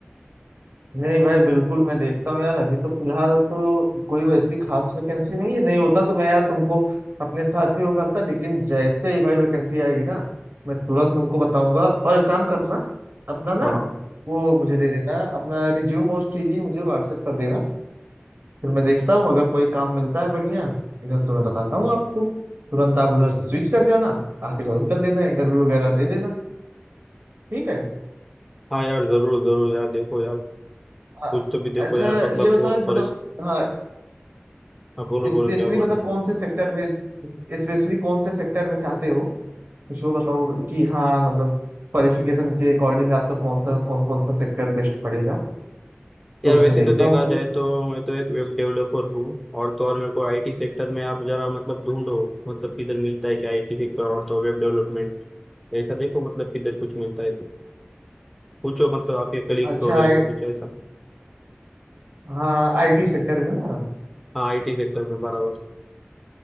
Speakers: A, on the right (about 55°); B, in the centre.
A: नहीं भाई बिल्कुल मैं देखता हूँ यार अभी तो फिलहाल तो कोई वैसी खास वैकेंसी नहीं है नहीं होता तो मैं यार तुमको अपने साथ ही वो करता लेकिन जैसे ही भाई वैकेंसी आएगी ना मैं तुरंत तुमको बताऊंगा और एक काम करना अपना ना
B: हाँ हाँ
A: वो मुझे दे देना अपना रिज्यूम और सीवी मुझे व्हाट्सएप कर देना फिर मैं देखता हूँ अगर कोई काम मिलता है बढ़िया इधर तो मैं बताता हूँ आपको तुरंत आप उधर से स्विच कर जाना आके ज्वाइन कर लेना इंटरव्यू वगैरह दे लेना ठीक है
B: हाँ यार जरूर जरूर यार देखो यार
A: हाँ,
B: कुछ तो भी देखो
A: अच्छा
B: यार मतलब
A: ये बताओ
B: बहुत
A: मतलब
B: परेशान
A: हाँ
B: बोलो बोलो
A: स्पेशली
B: क्या बोल
A: मतलब
B: रहे
A: कौन
B: हो?
A: से सेक्टर में स्पेशली कौन से सेक्टर में चाहते हो कुछ वो बताओ कि हाँ मतलब क्वालिफिकेशन के अकॉर्डिंग आपका कौन सा कौन कौन सा सेक्टर बेस्ट पड़ेगा तो
B: यार
A: उसमें
B: वैसे
A: देखता
B: तो देखा
A: हूँ फिर
B: जाए तो मैं तो एक वेब डेवलपर हूँ और तो और मेरे को आईटी सेक्टर में आप जरा मतलब ढूंढो मतलब किधर मिलता है क्या आईटी सेक्टर और तो वेब डेवलपमेंट ऐसा देखो मतलब किधर कुछ मिलता है तो पूछो मतलब आपके कलीग्स
A: अच्छा
B: वगैरह
A: I,
B: को कुछ ऐसा
A: हाँ आईटी सेक्टर में ना
B: हाँ आईटी सेक्टर में बराबर